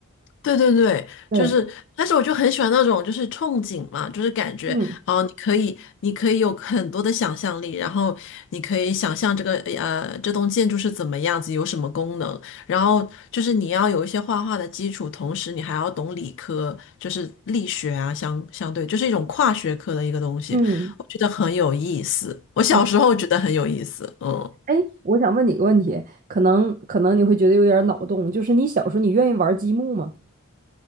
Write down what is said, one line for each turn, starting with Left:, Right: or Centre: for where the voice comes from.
Left: 对对对，
Right: 对，
Left: 就是，但是我就很喜欢那种就是憧憬嘛，就是感觉啊、
Right: 嗯
Left: 你可以，你可以有很多的想象力，然后你可以想象这个呃这栋建筑是怎么样子，有什么功能，然后就是你要有一些画画的基础，同时你还要懂理科，就是力学啊，相相对就是一种跨学科的一个东西，
Right: 嗯
Left: 我觉得很有意思。我小时候觉得很有意思，
Right: 嗯。
Left: 嗯，
Right: 哎，我想问你个问题，可能可能你会觉得有点脑洞，就是你小时候你愿意玩积木吗？